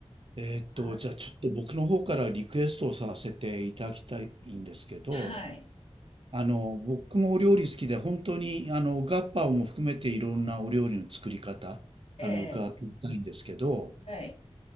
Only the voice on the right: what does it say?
えーっと、
じゃあちょっと僕の方からリクエストをさせていただきたいんですけど、
あの、僕もお料理好きで、本当にあの、ガッパオも含めていろんなお料理の作り方、
あの、伺ってみたいんですけど、